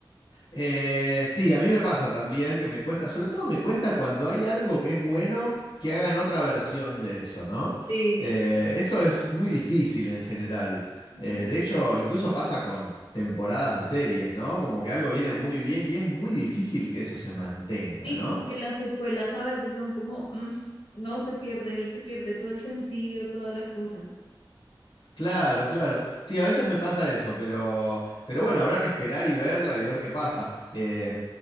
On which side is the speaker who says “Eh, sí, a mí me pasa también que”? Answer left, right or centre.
Left